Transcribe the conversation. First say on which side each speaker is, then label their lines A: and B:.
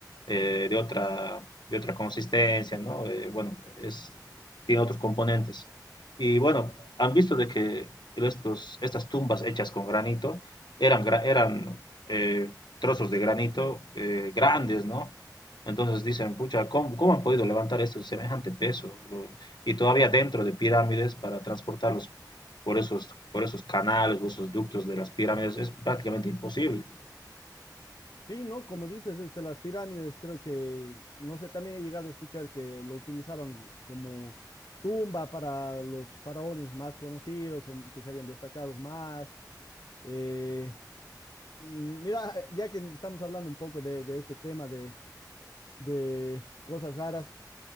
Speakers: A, on the left (about 85°); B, on the left (about 65°).
A: eh, de otra, de otra consistencia, ¿no? Eh, bueno, es, tiene otros componentes. Y bueno, han visto de que estos, estas tumbas hechas con granito eran, eran eh, trozos de granito eh, grandes, ¿no? Entonces dicen, pucha, ¿cómo, cómo han podido levantar esto semejante peso? Lo, y todavía dentro de pirámides para transportarlos por esos, por esos canales o esos ductos de las pirámides es prácticamente imposible.
B: Sí, ¿no? Como dices, este, las pirámides, creo que, no sé, también he llegado a escuchar que lo utilizaban como tumba para los faraones más conocidos o que se habían destacado más. Eh, mm, mira, ya que estamos hablando un poco de, de este tema de, de cosas raras,